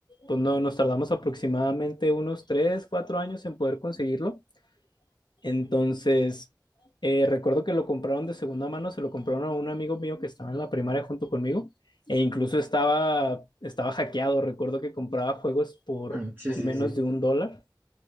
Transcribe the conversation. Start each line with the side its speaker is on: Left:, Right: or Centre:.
Left: pues no, nos tardamos aproximadamente unos 3 4 años en poder conseguirlo entonces, eh, recuerdo que lo compraron de segunda mano, se lo compraron a un amigo mío que estaba en la primaria junto conmigo e incluso estaba, estaba hackeado. Recuerdo que compraba juegos por
Right: Mm, Sí, sí,
Left: menos
Right: sí.
Left: de un dólar